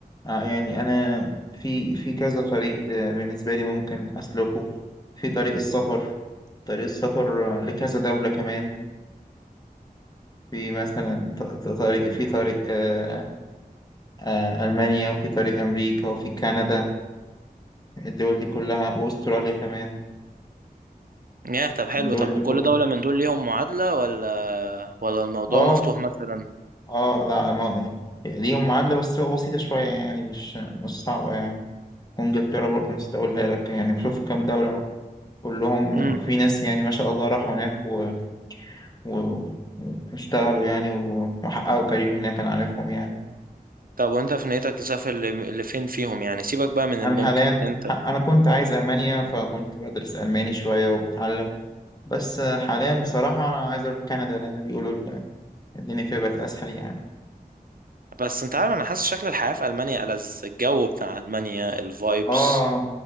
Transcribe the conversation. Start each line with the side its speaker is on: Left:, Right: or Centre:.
Left: آه يعني انا في في كذا طريق آه بالنسبه لي ممكن اسلكه في طريق السفر طريق السفر آه لكذا دوله كمان في مثلا ط- ط- طريق في طريق آه، آه، ألمانيا وفي طريق أمريكا وفي كندا الدول دي كلها وأستراليا كمان
Right: ياه طب حلو
Left: الدول
Right: طب وكل
Left: دي كلها
Right: دولة من دول ليهم معادلة ولا ولا الموضوع
Left: اه
Right: مفتوح مثلا
Left: اه لا ما ليهم معادلة بس تبقى بسيطة شوية يعني مش مش صعبة يعني وإنجلترا برضه نسيت أقولها لك يعني بشوف كام دولة كلهم
Right: امم
Left: في ناس يعني ما شاء الله راحوا هناك و... و... واشتغلوا يعني و- وحققوا كارير هناك أنا عارفهم يعني
Right: طب وانت في نيتك تسافر ل- لفين فيهم يعني سيبك بقى من
Left: أنا
Right: الممكن
Left: حاليا
Right: انت
Left: ح- أنا كنت عايز ألمانيا فكنت بدرس ألماني شوية وبتعلم بس حاليا بصراحة أنا عايز أروح كندا لأن بيقولوا الدنيا فيها بقت اسهل يعني
Right: بس انت عارف انا حاسس شكل الحياة في ألمانيا ألذ الجو بتاع ألمانيا الفايبس
Left: اه